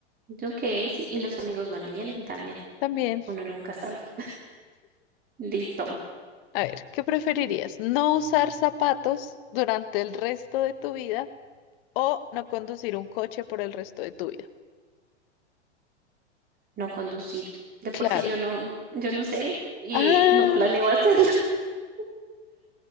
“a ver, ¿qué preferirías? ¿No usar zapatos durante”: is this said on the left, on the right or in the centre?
Left